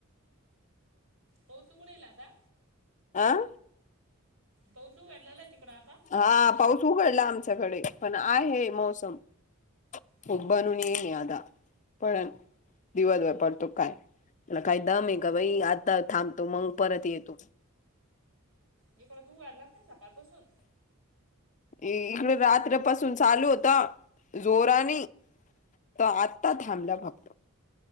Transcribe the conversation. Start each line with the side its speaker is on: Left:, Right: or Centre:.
Right: पाऊस उघडीला आता.
Left: आं
Right: पाऊस उघडलेलाय तिकडं आता
Left: हा पाऊस उघडला आमच्याकडे पण आहे मोसम
Right: हा
Left: खूप भरून येईले आता दिवसभर पडतो का काय त्याला काय दम
Right: इक
Left: आहे का बाई आता थांबतो मंग परत येतो.
Right: इकडं तू वाढलास नाय सकाळपासून
Left: इकड रात्र्य पासून चालू होता. जोरानी तो आता थांबला फक्त